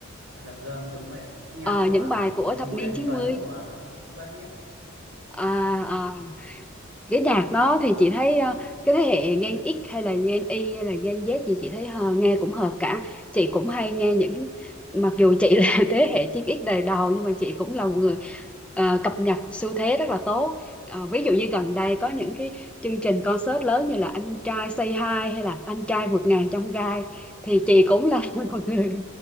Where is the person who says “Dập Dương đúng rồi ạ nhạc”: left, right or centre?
Right